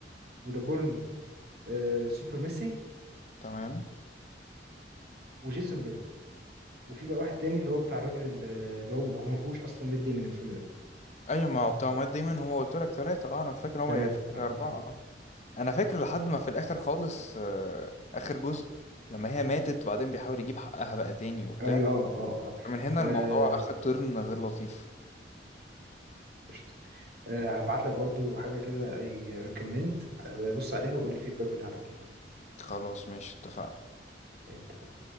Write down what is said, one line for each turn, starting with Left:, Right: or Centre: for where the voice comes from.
Right: وده بورن آه، سوبر ميسي
Left: تمام
Right: وجيسون بيرن وفي بقى واحد تاني اللي هو بتاع الراجل ال- اللي هو هو ما فيهوش اصلا ميد داي من الفيلم ده
Left: ايوه ما هو بتوع مات دايما هما قلت لك ثلاثة اه انا فاكر هما
Right: ثلاثة
Left: يا تلاتة
Right: اه
Left: يا اربعة
Right: اه
Left: اه انا فاكر لحد ما في الاخر خالص آه اخر جزء لما هي ماتت وبعدين بيحاول يجيب حقها بقى تاني وبتاع
Right: ايوه اه اه
Left: من هنا
Right: اه آه،
Left: الموضوع اخد ترن غير لطيف
Right: قشطة آه، هبعت لك برضو حاجة كده اي ريكومند بص عليها وقول لي الفيدباك بتاعتك يعني
Left: خلاص ماشي اتفقنا
Right: إيه، اتفقنا